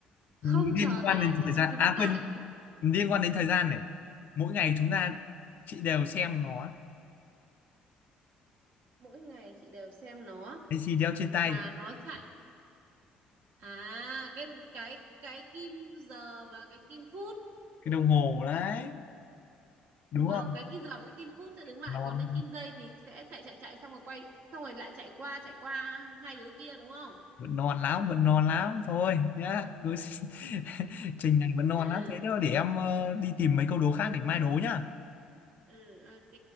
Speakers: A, on the right; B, on the left.
A: không
B: liên
A: chờ
B: quan
A: ta
B: đến
A: nhưng
B: thời
A: mà
B: gian
A: chúng
B: à
A: ta
B: quên
A: lại đứng
B: liên quan đến thời gian này mỗi ngày chúng ta chị đều xem nó
A: mỗi ngày chị đều xem nó
B: cái gì đeo trên tay
A: mà nó chạy à cái cái cái kim giờ và cái kim phút
B: cái đồng hồ đấy đúng
A: đúng không
B: không
A: cái kim giờ và cái kim phút sẽ đứng lại
B: non
A: còn cái kim dây thì sẽ chạy chạy chạy xong rồi quay xong rồi lại chạy qua chạy qua hai đứa kia đúng không
B: vẫn non lắm vẫn non lắm thôi nhá đối <laughs> trình này vẫn non
A: <laughs>
B: lắm thế thôi để em ờ, đi tìm mấy câu đố khác
A: ừ
B: để mai đố nhá
A: ừ ok